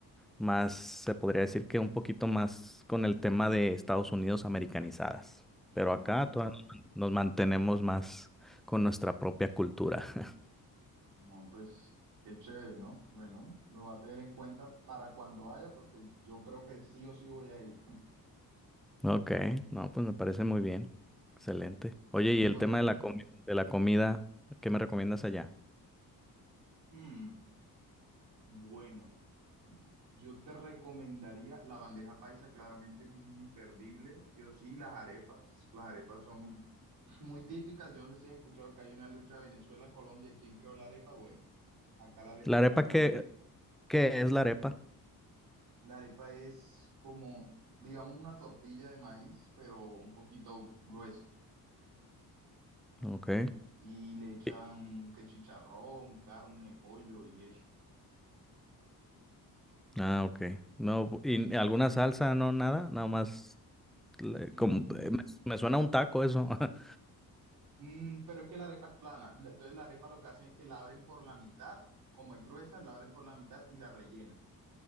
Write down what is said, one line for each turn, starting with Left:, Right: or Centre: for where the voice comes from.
Centre: más, se podría decir que un poquito más con el tema de Estados Unidos americanizadas. Pero
Right: No,
Centre: acá todavía nos nos mantenemos más con nuestra propia cultura. <laughs>
Right: no, pues qué chévere, ¿no? Bueno, lo va a tener en cuenta para cuando vaya, porque yo creo que sí o sí voy a ir. <laughs>
Centre: Ok, no, pues me parece muy bien. Excelente. Oye,
Right: <clears throat>
Centre: y el
Right: Bueno,
Centre: tema de la comi- de la comida, ¿qué me recomiendas allá?
Right: mm, bueno, yo te recomendaría la bandeja paisa, claramente es un imperdible, sí o sí, las arepas, las arepas son <laughs> <clears throat> muy típicas. Yo no sé si has escuchado que hay una lucha Venezuela-Colombia, ¿quién creó la arepa? Bueno, acá la arepa
Centre: ¿La
Right: es
Centre: arepa
Right: muy común.
Centre: qué, qué es la arepa?
Right: La arepa es como, digamos, una tortilla de maíz, pero un poquito gruesa.
Centre: Ok.
Right: Y le echan
Centre: Y-
Right: que chicharrón, carne, pollo y eso.
Centre: Ah, ok. No, bu- ¿y alguna salsa? No, nada, nada más. le-
Right: Mm,
Centre: como- eh, me, me suena a un taco eso. <laughs>
Right: mm, pero es que la arepa es plana. La- Entonces la arepa lo que hacen es que la abren por la mitad, como es gruesa, la abren por la mitad y la rellenan.